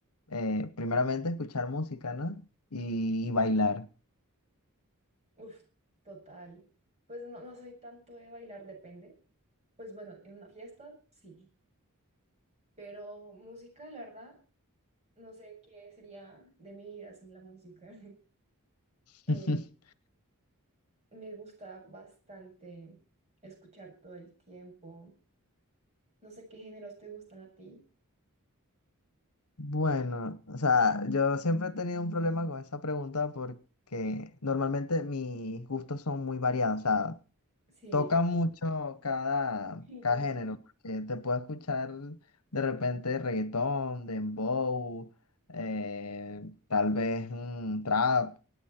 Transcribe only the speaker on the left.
Eh, primeramente escuchar música, ¿no? Y, y bailar.
<laughs>
Bueno, o sea, yo siempre he tenido un problema con esa pregunta porque normalmente mis gustos son muy variados, o sea,
toca mucho cada,
cada
género, porque te puedo escuchar de repente reggaetón, dembow, eh, tal vez mm, trap,